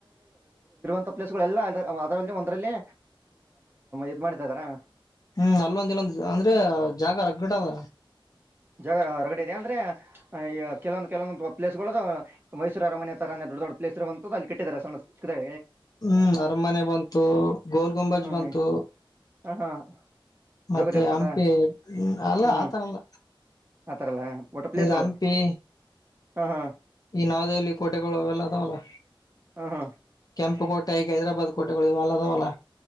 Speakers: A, on the right; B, on the left.
A: ಇಂತ ಪ್ಲೇಸಗೋಳೆಲ್ಲ ಅದರಲ್ಲ ಒಂದ್ರಲ್ಲೇ ಇದ್ ಮಾಡ್ತ ಇದಾರ <unintelligible>
B: ಹ್ಮ್ ಅಲ್ಲೊಂದ ಇಲ್ಲೊಂದು ಅಂದ್ರೆ ಜಾಗ ರಗಡ್ ಅವ
A: ಜಾಗ ರಗಡ್ ಇದೆ ಅಂದ್ರೆ ಕೆಲವೊಂದು ಕೆಲವೊಂದು ಪ್ಲೇಸ್ ಗಳುದು ಮೈಸೂರು ಅರಮನೆ ತರ ದೊಡ್ಡ ದೊಡ್ ಪ್ಲೇಸ್ ಇರುವಂತಾದ ಅಲ್ಲಿ ಕೆಟ್ಟಿದಿದ್ದಾರೆ ಸಣದೆ
B: ಹ್ಮ್ ಅರಮನೆ ಬಂತು ಗೋಲ್ ಗುಂಬಜ್
A: ಹ
B: ಬಂತು
A: ಹಾ
B: ಮತ್ತೆ
A: ಜೋಗ ಜಲಪಾತ
B: ಹಂಪಿ ಅಲ್ಲ
A: ಹ್ಮ್ ಹ್ಮ್
B: ಆತರಲ್ಲ
A: ಆತರ ಎಲ್ಲ ಒಟ್ಟ ಪ್ಲೇಸ್ಗಳು
B: ಇದು ಹಂಪಿ
A: ಹಾ ಹಾ
B: ಈ ನವದೆಹಲಿ ಕೋಟೆಗಳುಲ್ಲ ಅದಾವಲ್ಲ
A: ಹ ಹಾ
B: ಕೆಂಪು ಕೋಟೆ ಆಕ ಹೈದರಾಬಾದ್ ಕೋಟೆಗಳು ಇವೆಲ್ಲಾ ಅದಾವಲ್ಲ